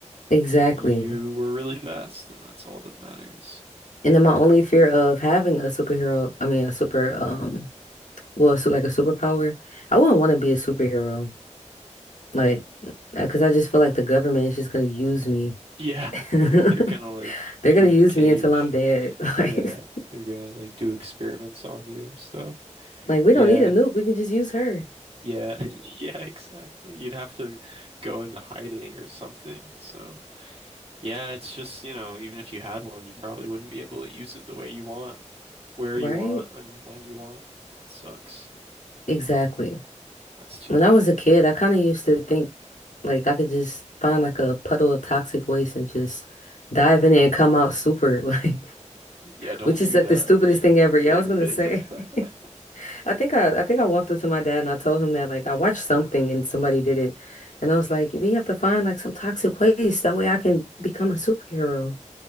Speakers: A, on the left; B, on the right.
A: Exactly.
B: Y- You were really fast and that's all that matters.
A: And then my only fear of having a superhero, I mean a super um well, so like a superpower, I wouldn't want to be a superhero. Like,
B: hmm
A: because I just feel like the government is just gonna use me.
B: Yeah,
A: <laughs> They're
B: they're gonna like put
A: gonna
B: you
A: use
B: in a cage.
A: me until I'm dead. <laughs> Like,
B: Yeah, they're gonna like do experiments on you and stuff.
A: like we
B: Yeah.
A: don't need a nuke. We can just use her,
B: Yeah, <laughs> yeah, exactly. You'd have to go into hiding or something. So, yeah, it's just, you know, even if you had one, you probably wouldn't be able to use it the way you want, where
A: right?
B: you want, and when you want. That sucks.
A: Exactly.
B: That's too
A: When
B: bad.
A: I was a kid, I kind of used to think like I could just find like a puddle of toxic waste and just dive in it and come out super, <laughs> like,
B: Yeah, don't
A: which is
B: do
A: like
B: that.
A: the stupidest thing ever.
B: Yeah.
A: Yeah, I was gonna
B: <laughs>
A: say. <laughs> I think I, I think I walked up to my dad and I told him that like I watched something and somebody did it, and I was like, we have to find like some toxic waste that way I can become a superhero.